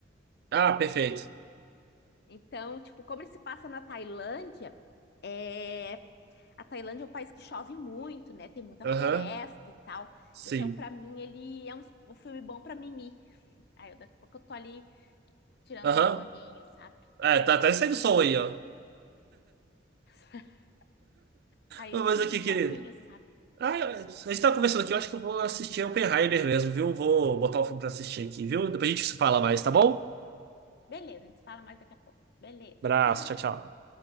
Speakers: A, on the right; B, on the left.
A: ah perfeito.
B: Então, tipo, como ele se passa na Tailândia, é A Tailândia é um país que chove muito, né? Tem muita
A: Aham.
B: floresta e tal.
A: Sim.
B: Então, pra mim, ele é um, um filme bom pra mimir. Aí, eu- daqui a pouco eu tô ali tirando
A: Aham.
B: um soninho, sabe?
A: É, tá até
B: É.
A: saindo som aí, ó.
B: <laughs> Aí
A: Não,
B: eu
A: mas
B: tiro
A: aqui,
B: um soninho,
A: querido.
B: sabe?
A: Ah, eu- a gente tá conversando aqui, eu acho que eu vou assistir Oppenheimer mesmo, viu? Vou botar o filme pra assistir aqui, viu? Depois a gente se fala mais, tá bom?
B: Beleza, a gente fala mais daqui a pouco. Beleza,
A: Abraço,
B: tchau.
A: tchau, tchau.